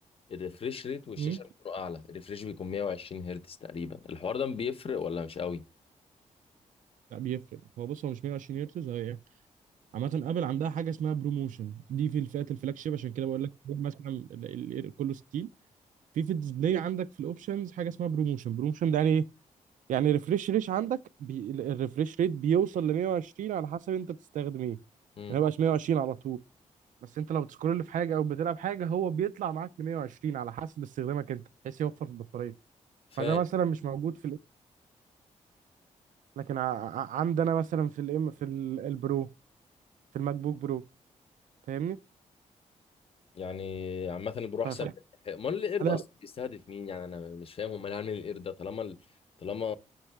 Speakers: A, on the left; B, on the right.
A: الريفريش ريت والشاشه
B: مم.
A: بتكون اعلى الريفريش بيكون 120 هرتز تقريبا الحوار ده بيفرق ولا مش قوي
B: لا بيفرق هو بص هو مش 120 هرتز هي ايه عامة ابل عندها حاجة اسمها بروموشن دي في الفئات الفلاج شيب عشان كده بقول لك مثلا ال- ال- ال- كله 60 في في الديسبلاي عندك في الاوبشنز حاجة اسمها بروموشن بروموشن ده يعني ايه يعني ريفريش ريت عندك بي... الريفريش ريت بيوصل ل 120 على حسب انت بتستخدم ايه
A: امم
B: ما بقاش 120 على طول بس انت لو بتسكرول في حاجة او بتلعب حاجة هو بيطلع معاك ل 120 على حسب استخدامك انت بحيث يوفر في البطارية
A: فاهم
B: فده مثلا مش موجود في لكن ع- ع- عندنا مثلا في الام في ال- البرو في الماك بوك برو فاهمني
A: يعني عامة البروح
B: ف-
A: سام
B: ف-
A: امال القرد
B: لا
A: ده اصلا بيستهدف مين يعني انا مش فاهم هم ليه عاملين القرد ده طالما ال... طالما